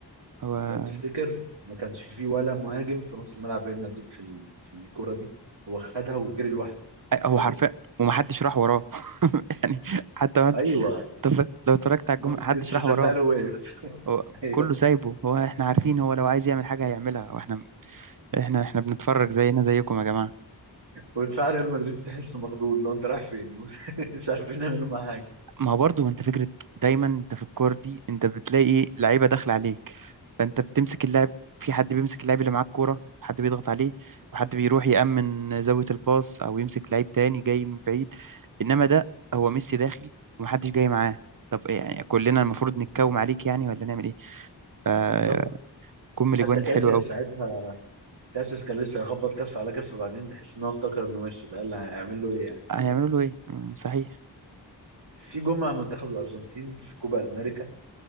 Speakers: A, on the right; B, on the right.
A: هو
B: لو تفتكر ما كانش فيه ولا مهاجم في نص ملعب ريال مدريد في ال- في الكرة دي هو خدها وجري لوحده حرفيا
A: هو حرفيا ومحدش راح وراه <laughs> يعني حتى
B: ايوه
A: طب لو اتفرجت على الجمله
B: بوسكيتس
A: حد شرح
B: سابها
A: وراه
B: له وقف
A: هو
B: <laughs> ايوه
A: كله سايبه هو احنا عارفين هو لو عايز يعمل حاجه هيعملها واحنا احنا احنا بنتفرج زينا زيكم يا جماعه
B: ودفاع ريال مدريد تحسه مخضوض لو انت رايح فين <laughs> مش عارفين نعمله معاه حاجة.
A: ما هو برضه انت فكره دايما انت في الكوره دي انت بتلاقي إيه، لعيبه داخله عليك فانت بتمسك اللاعب في حد بيمسك اللاعب اللي معاه الكوره حد بيضغط عليه وحد بيروح يأمن زاويه الباص او يمسك لعيب تاني جاي من بعيد انما ده هو ميسي داخل ومحدش جاي معاه طب إيه يعني كلنا المفروض نتكوم عليك يعني ولا نعمل ايه؟ فكم
B: بالظبط
A: الاجوان
B: حتى
A: الحلوه
B: كاسياس
A: قوي
B: ساعتها كاسياس كان لسه يخبط كف على كف بعدين تحس ان هو افتكر انه ماشي بقى اللي هيعمل له ايه يعني
A: هيعملوا له ايه مم، صحيح
B: في جون مع منتخب الارجنتين في كوبا امريكا